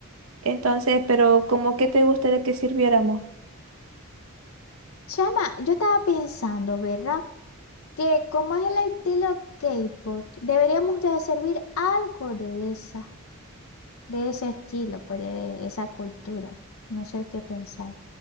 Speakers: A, on the right; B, on the left.
A: Entonces, pero ¿cómo que te gustaría que sirviéramos?
B: Chama, yo estaba pensando, ¿verdad? Que como es el estilo K-pop, deberíamos de servir algo de esa, de ese estilo, pues de esa cultura. No sé qué pensar.